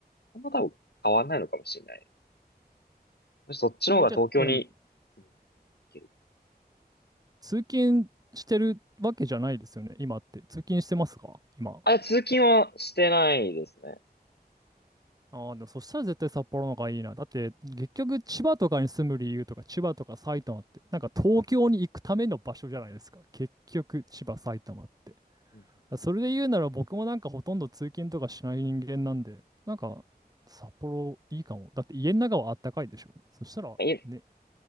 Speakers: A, on the left; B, on the right.
A: あんま多分変わんないのかもしれない。むしろそっちの方が東京に、
B: え、じゃあ、え、でも
A: うん、行ける。
B: 通勤してるわけじゃないですよね、今って。通勤してますか今。
A: あ、通勤はしてないですね。
B: ああ、でもそしたら絶対札幌の方がいいな。だって、結局千葉とかに住む理由とか、千葉とか埼玉って、なんか東京に行くための場所じゃないですか。結局、千葉、埼玉って。
A: う
B: だそれで言うなら僕もなんかほとんど通勤とかしない人間なんで、なんか札幌いいかも。だって家の中はあったかいでしょ。そしたらね、
A: ん